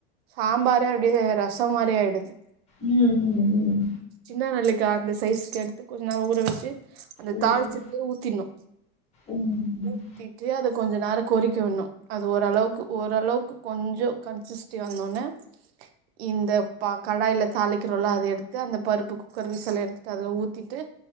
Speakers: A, on the right (about 75°); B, on the left (about 20°).
A: சாம்பாரே அப்டியே ரசம் மாரி ஆயிடுது
B: ம், ம், ம்,
A: சின்ன நெல்லிக்கா அந்த சைஸ்க்கு எடுத்து கொஞ்ச ஊற வச்சு அந்த
B: ம்.
A: தாளிச்சுட்டு ஊத்தினு
B: ம்.
A: ஊத்திட்டு அத கொஞ்ச நேரம் கொரிக்க விட்னு அது ஓரளவுக்கு ஓரளவுக்கு கொஞ்சோ கன்சிஸிடி ஆனன்னோ இந்த பா கடாயில தாளிக்கிறோல அத எடுத்து அந்த பருப்பு குக்கரு விசில எடுத்துட்டு அதல ஊத்திட்டு